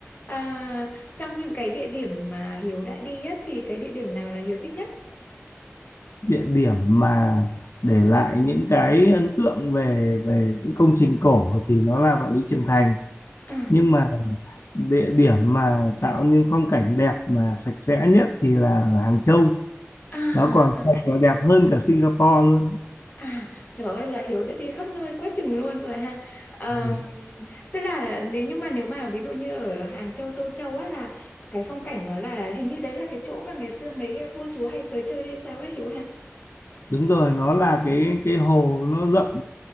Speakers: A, on the left; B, on the left.
A: à, trong những cái địa điểm mà Hiếu đã đi á thì cái địa điểm nào là Hiếu thích nhất?
B: địa điểm mà để lại những cái ấn tượng về về những công trình cổ thì nó là Vạn Lý Trường Thành
A: À,
B: nhưng mà địa điểm mà tạo nên phong cảnh đẹp mà sạch sẽ nhất thì là ở Hàng Châu
A: à,
B: nó còn
A: à.
B: thật và đẹp hơn cả Singapore luôn
A: À, trời ơi là Hiếu đã đi khắp nơi quá chừng luôn rồi ha. À,
B: Ừ,
A: tức là nếu nhưng mà nếu mà ví dụ như ở Hàng Châu, Tô Châu á là cái phong cảnh nó là hình như đấy là cái chỗ mà ngày xưa mấy vua chúa hay tới chơi hay sao á Hiếu ha.
B: đúng rồi nó là cái cái hồ nó rộng